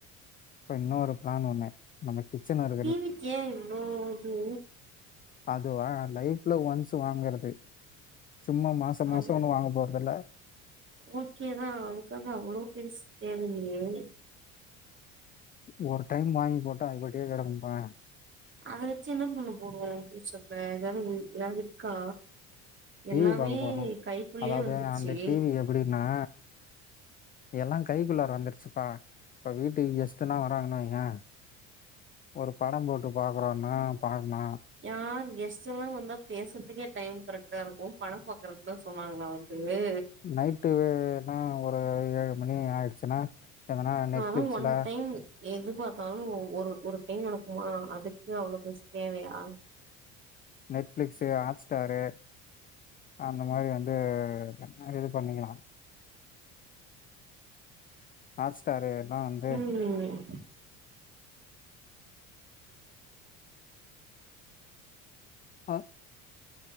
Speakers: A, on the left; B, on the right.
A: இப்ப இன்னொரு ப்ளன் ஒண்ணு நம்ம கிச்சன் வர
B: டிவி க்கு ஏ இவ்ளோ இது
A: அதுவா லைஃப்ல ஒன்ஸ் வாங்கிறது சும்மா மாச
B: அது
A: மாசோ ஒன்னு வாங்க போறத இல்ல
B: ஓகேதா அவனக்காக அவ்ளோ பெருசு தேவ இல்லயே
A: ஒரு டைம் வாங்கி போட்டா அதுபட்டியே கெடக்குப்பா
B: அத வச்சு என்ன பண்ண போறோ பியூட்சர்ல ஏதாவது ஏதாவது இருக்கா
A: டிவி
B: எல்லாமே
A: பாக்க போறோ
B: கைக்குள்ளயே
A: அதாவது
B: வந்துருச்சு
A: அந்த டிவி எப்டின்னா எல்லா கைகுள்ளாற வந்துருச்சுப்பா இப்ப வீட்டுக்கு கெஸ்ட் எல்லா வராங்கன்னு வையே ஒரு படோ போட்டு பாக்குறோனா பாக்லா
B: யார் கெஸ்ட் எல்லா வந்தா பேசுறதுக்கே டைம் கரெக்டா இருக்கு படோ பாக்கரத்துக்கு தா சொன்னாங்களா ஏ
A: நைட்டு வேனா ஒரு ஏழு மணி ஆயிடுச்சுன்னா எதனா நெட்பிலிக்ஸ்ல
B: ஆனா ஒன் டைம் எது பாத்தாலு ஒரு ஒரு டைம் நடக்குமா அதுக்கு அவ்ளோ பெருசு தேவையா
A: நெட்பிலிக்ஸ் ஹாட்ஸ்டாரு அந்த மாரி வந்து நெறயாது பண்ணிக்கலா ஹாட்ஸ்டாரு எல்லா வந்து
B: ம்
A: அ